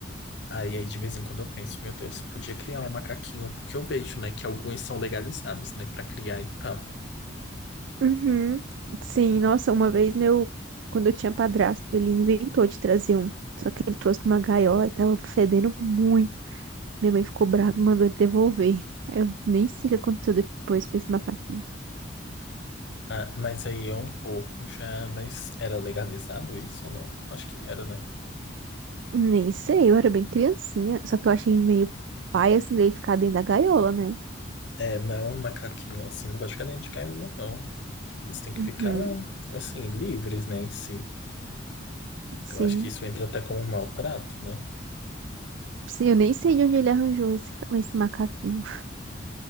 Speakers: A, on the left; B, on the right.
A: Aí, aí de vez em quando eu penso, meu Deus, podia criar um macaquinho, porque eu vejo, né, que alguns são legalizados, né, pra criar e tal.
B: Uhum. Sim, nossa, uma vez meu, quando eu tinha padrasto, ele inventou de trazer um. Só que ele trouxe numa gaiola e tava fedendo muito. Minha mãe ficou brava e mandou ele devolver. Eu nem sei o que aconteceu depois com esse macaquinho.
A: Ah, mas aí é um pouco já, mas era legalizado isso ou não? Acho que era, né?
B: Nem sei, eu era bem criancinha. Só que eu achei meio pai assim dele ficar dentro da gaiola, né?
A: É, não, um macaquinho assim, não pode ficar dentro de gaiola, não. Eles têm que
B: Uhum.
A: ficar, assim, livres, né, em si.
B: Sim.
A: Eu acho que isso entra até como um maltrato, né?
B: Sim, eu nem sei de onde ele arranjou esse, ca- esse macaquinho.